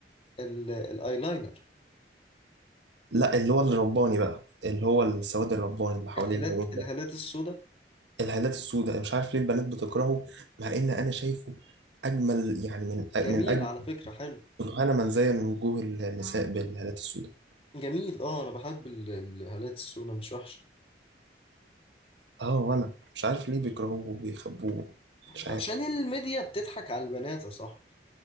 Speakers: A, on the left; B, on the right.
A: ال- الايلاينر
B: لا اللي هو الرباني بقى اللي هو السواد الرباني اللي حوالين
A: الهالات
B: العيون
A: الهالات
B: ده
A: السوداء
B: الهالات السوداء مش عارف ليه البنات بتكرهه مع إن أنا شايفه أجمل يعني من
A: جميل
B: من أجمل
A: على فكرة حلو
B: سبحان من زين وجوه النساء بالهالات السوداء
A: جميل اه انا بحب ال- الهالات السودا مش وحشة
B: اه وانا مش عارف ليه بيكرهوه وبيخبوه مش
A: عشان
B: عارف
A: الميديا بتضحك على البنات يا صاحبي